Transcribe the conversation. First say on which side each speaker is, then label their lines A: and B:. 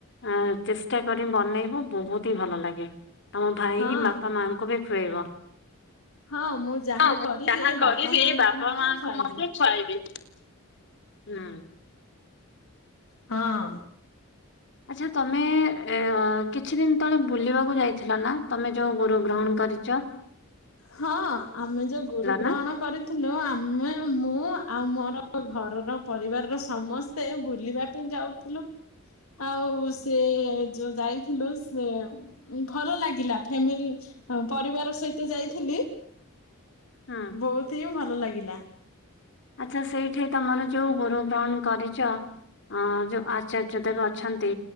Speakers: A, on the left (about 55°); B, on the left (about 80°).
A: ଅଁ ଚେଷ୍ଟା କରି ବନେଇବ ବହୁତ ହି ଭଲ ଲାଗେ। ତମ ଭାଇକି
B: ହଁ
A: ବାପା ମାଆଙ୍କୁ ବି ଖୁଆଇବ।
B: ହଁ ମୁଁ ଯାହା
A: ହଉ
B: କରିବି
A: ମୁଁ ଯାହା କରିବି
B: ବାପା ମାଙ୍କୁ
A: ବାପା
B: ମଧ୍ୟ
A: ମାଆଙ୍କୁ
B: ଖୁଆଇବି।
A: ମଧ୍ୟ ଖୁଆଇବି। ହୁଁ।
B: ହଁ।
A: ଆଚ୍ଛା ତମେ ଏଁ ଅ କିଛି ଦିନ ତଳେ ବୁଲିବାକୁ ଯାଇଥିଲ ନା ତମେ ଯୋଉ ଗୁରୁ ଗ୍ରହଣ କରିଚ?
B: ହଁ ଆମେ ଯୋଉ ଗୁରୁ ଗ୍ରହଣ
A: ନା
B: କରିଥିଲୁ ଆମେ ମୁଁ ଆଉ ମୋର ଘର ର ପରିବାର ର ସମସ୍ତେ ବୁଲିବା ପେଇଁ ଯାଉଥିଲୁ। ଆଉ ସେ ଯୋଉ ଯାଇଥିଲୁ ସେ ଭଲ ଲାଗିଲା ଫ୍ୟାମିଲି ପରିବାର ସହିତ ଯାଇଥିଲି
A: ହୁଁ
B: ବହୁତ ହିଁ ଭଲ ଲାଗିଲା।
A: ଆଚ୍ଛା ସେଇଠି ତମର ଯୋଉ ଗୁରୁ ଗ୍ରହଣ କରିଚ ଅଁ ଯୋଉ ଆଚାର୍ଯ୍ୟ ଦେବ ଅଛନ୍ତି